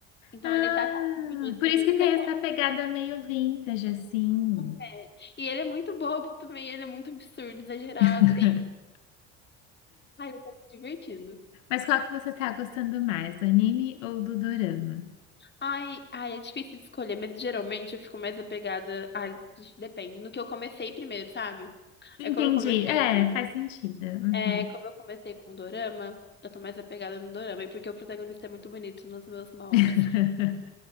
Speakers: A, on the left; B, on the left.
A: Então
B: Ah,
A: ele é datadinho, assim.
B: por isso que tem
A: Você conhece?
B: essa pegada meio vintage, assim.
A: É, é. E ele é muito bobo também, ele é muito absurdo, exagerado.
B: <laughs>
A: <laughs> Ai, eu tô me divertindo.
B: Mas qual que você tá gostando mais, do anime ou do dorama?
A: Ai, ai, é difícil de escolher, mas geralmente eu fico mais apegada. Ai, depende. No que eu comecei primeiro, sabe?
B: Entendi.
A: É como eu comecei
B: É,
A: com.
B: faz sentido. Uhum.
A: É como eu comecei com Dorama, eu tô mais apegada no Dorama, e porque o protagonista é muito bonito nos meus moldes.
B: <laughs>